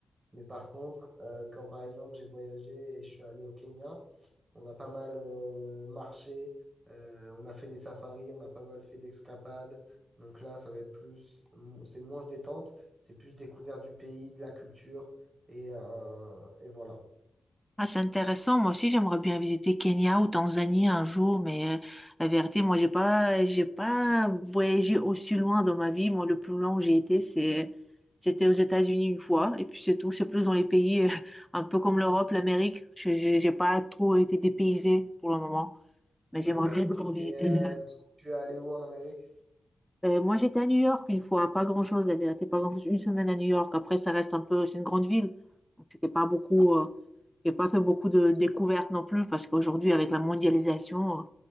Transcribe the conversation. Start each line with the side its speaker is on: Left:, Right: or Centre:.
Right: Mais par contre, euh, quand par exemple j'ai voyagé et je suis allé au Kenya, on a pas mal euh, marché, euh, on a fait des safaris, on a pas mal fait d'escapades. Donc là, ça va être plus, mo- c'est moins détente, c'est plus découverte du pays, de la culture et, euh, et voilà.
Centre: Ah, c'est intéressant. Moi aussi, j'aimerais bien visiter Kenya ou Tanzanie un jour, mais euh, la vérité, moi, j'ai pas, j'ai pas voyagé aussi loin dans ma vie. Moi, le plus long où j'ai été, c'est, c'était aux États-Unis une fois, et puis c'est tout. C'est plus dans les pays euh, un peu comme l'Europe, l'Amérique. Je, je- j'ai pas trop été dépaysée pour le moment, mais
Right: D'accord.
Centre: j'aimerais bien trop visiter.
Right: Et euh, tu tu es allé où en Amérique?
Centre: Euh, moi, j'étais à New York une fois, pas grand-chose, la vérité, pas grand-chose. Une semaine à New York. Après, ça reste un peu, c'est une grande ville, donc c'était pas beaucoup. euh, j'ai pas fait beaucoup de découvertes non plus parce qu'aujourd'hui, avec la mondialisation,